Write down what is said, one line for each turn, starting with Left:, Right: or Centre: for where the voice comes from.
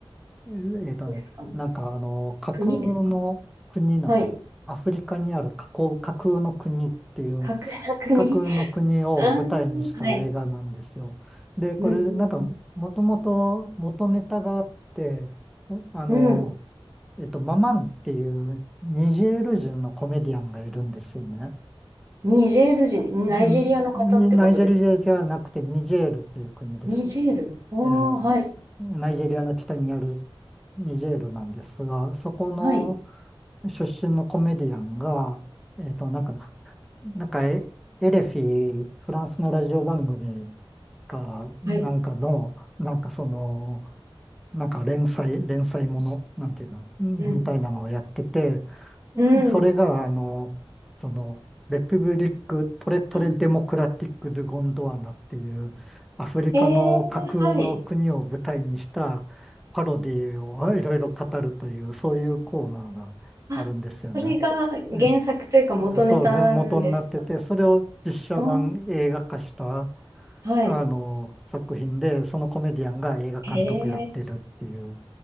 Centre: ええーとね、
Right: そうですかね。
Centre: なんかあの、架空の国なんです。
Right: 国ですかはい。
Centre: アフリカにある架空、架空の国っていう、
Right: 架空の国。
Centre: 架空の国を舞台にした映画なんですよ。
Right: <laughs> ああ、はい。
Centre: で、これなんか、
Right: うん
Centre: もともと元ネタがあって、あの、
Right: うんうん。うん。
Centre: えっと、ママンっていうニジェール人のコメディアンがいるんですよね。
Right: ニジェール人、
Centre: うん、
Right: ナイジェリアの方ってことです。
Centre: にナイジェリアじゃなくてニジェールという国です。
Right: ニジェール。
Centre: え
Right: おー、
Centre: ー
Right: はい。
Centre: ナイジェリアの北にあるニジェールなんですが、そこの
Right: はい。
Centre: 出身のコメディアンが、えっと、なんか、なんかエ、エレフィ、フランスのラジオ番組か、なんかの、
Right: はい。
Centre: なんかその、なんか連載、連載もの、なんていうの、うんみたいなのをやってて、
Right: うん。うん。
Centre: それが、あの、その、レピブリック・トレトレ・
Right: あ
Centre: デモクラティック・ドゥ・ゴンドワナっていう、アフリカの架空の国を舞台にしたパロディをいろいろ語るという、
Right: えー、はい。
Centre: そういうコーナーがあるんですよね。
Right: あ、それが原作というか元ネタなんですか
Centre: ね、そう元になってて、それを実写版映画化した、
Right: あーはい。
Centre: あの、作品で、そのコメディアンが映画監督やってるっていう、
Right: へえ。